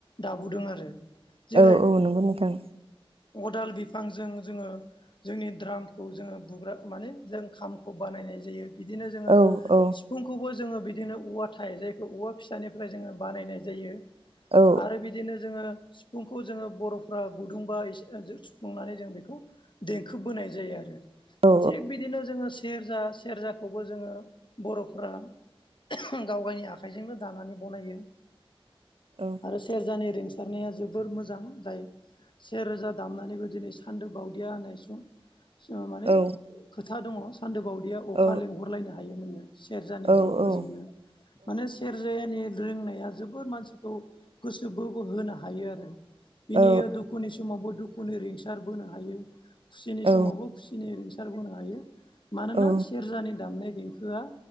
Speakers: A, on the left; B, on the right.
A: दाबुदों आरो जेरै
B: औ औ नोंगौ नोंथां
A: अदाल बिफांजों जोङो जोंनि द्रामखौ जोङो बुग्रा माने जों खामखौ बानायनाय जायो बिदिनो जोङो
B: औ औ
A: सिफ फुंखौबो जोङो बिदिनो औवा थाइजेखौ औवा फिसानिफ्राय जोङो बानायनाय जायो
B: औ
A: आरो बिदिनो जोङो सिफुंखौ जोङो बर'फ्रा गुदुंबा <unintelligible> सुफुंनानै जों बेखौ देंखो बोनाय जायो आरो
B: औ
A: थिग बिदिनो जोङो सेरजा सेरजाखौबो जोङो बर'फ्रा <unintelligible> गाव गायनि आखाइजोंनो दानानै बनायो
B: औ
A: आरो सेरजानि रिंसारनाया जोबोर मोजां जाय सेरोजा दामनानैबो दिनै सान्दो बावदिया होननाय सम माने
B: औ
A: खोथा दङ सान्दो बावदियाव अखा
B: औ
A: लेंहरलायनो हायो नोङो सेरजानि
B: औ
A: देंखो जोंनो मानो सेर जेनि रिंनाया जोबोर मानसिखौ गोसो बोहर होनो हायो आरो बिनि
B: औ
A: दुखुनि समावबो दुखुनि रिंसार बोनो हायो खुसिनि
B: औ
A: समावबो खुसिनि रिंसारबोनो हायो मानोना
B: औ
A: सेरजानि दामनाय देंखो होआ